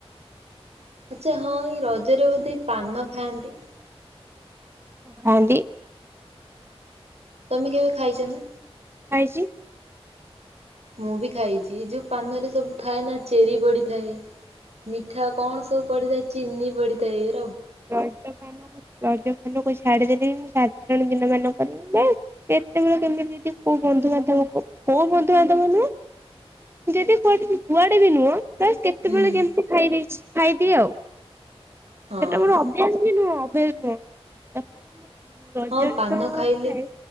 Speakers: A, on the right; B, on the right.
A: ଆଚ୍ଛା ହଁ ଏଇ ରଜରେ ବୋଧେ ପାନ ଖାଆନ୍ତି।
B: ଖାଆନ୍ତି।
A: ତମେ କେବେ ଖାଇଛ ନା?
B: ଖାଇଛି।
A: ମୁଁ ବି ଖାଇଛି ଯୋଉ ପାନରେ ସବୁ ଥାଏ ନା ଚେରି ପଡିଥାଏ। ମିଠା କଣ ସବୁ ପଡିଥାଏ ଚିନି ପଡିଥା <inaudible>
B: ରଜ ପାନ ରଜ ପାନକୁ ଛାଡିଦେଲେ ବି ମୁଁ ସା ଦିନ ମାନଙ୍କରେ ବି ବା କେତେବେଳେ କେମିତି ଯଦି କୋଉ ବନ୍ଧୁବାନ୍ଧବ କୋଉ ବନ୍ଧୁବାନ୍ଧବ ନୁହଁ ଯଦି କୁଆଡେ କୁଆଡେ ବି ନୁହଁ ତ କେତେବେଳେ
A: ହୁଁ
B: କେମିତି ଖାଇଦେଇଛି ଖାଇଦିଏ ଆଉ।
A: ହଁ
B: ସେଟା ମୋର
A: ହଁ
B: ଅଭ୍ୟାସ ବି ନୁହଁ। ଅଭ୍ୟାସ ନୁହଁ ତଥାପି ମୁଁ। ରଜରେ
A: ହଁ ପାନ
B: ତ
A: ଖାଇଲେ
B: ଖାଏ